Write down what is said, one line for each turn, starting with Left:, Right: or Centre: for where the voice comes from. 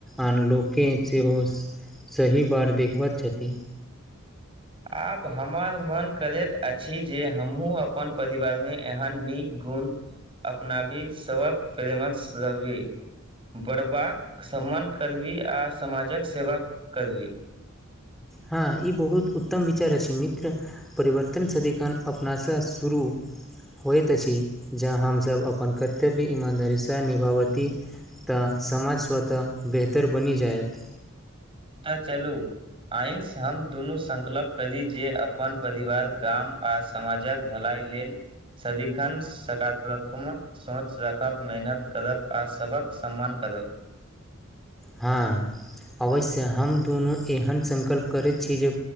Centre: आन लोक के सेहो सही बार देखबत छथि।
Right: आब हमर मन करैत अछि जे हमहुँ अपन परिवार मे एहन नीक गुण अपनाबी सबक प्रेमस रहबी। बढ़बाक सम्मान करबी आ समाजक सेवा करबी।
Centre: हँ ई बहुत उत्तम विचार अइछ मित्र। परिवर्तन सदीखन अपनासँ शुरू- होइत अछि जँ हमसब अपन कर्तव्य ईमानदारी सँ निभाबती- त समाज स्वतः बेहतर बनी जायत।
Right: अ चलू। आय सँ हम दुनू सङ्कलप करी जे अपन परिवार गाम आ स- समाजक भलाइ लेल सदीखन सकारात्मक - सोच राखब मेहनत करब आ सबक सम्मान करब।
Centre: हँ अवश्य हम दुनू एहन सङकल्प करैत छी जे-